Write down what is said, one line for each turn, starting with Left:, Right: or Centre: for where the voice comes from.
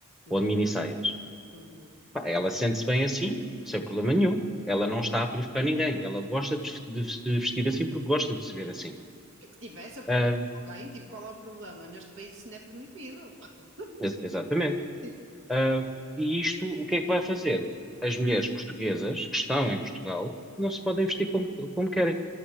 Right: Uhum,
Centre: ou de mini saias.
Right: uhum.
Centre: Pá, ela sente-se bem assim, sem problema nenhum. Ela não está a provocar ninguém. Ela gosta de, de se vestir assim porque gosta de se ver assim.
Right: E que tivesse a
Centre: Ah,
Right: provocar alguém, tipo, qual é o problema? Neste país isso não é permitido. <laughs>
Centre: ex- exatamente.
Right: Tipo,
Centre: Ah, e isto, o que é que vai fazer? As mulheres portuguesas que estão em Portugal não se podem vestir como, como querem.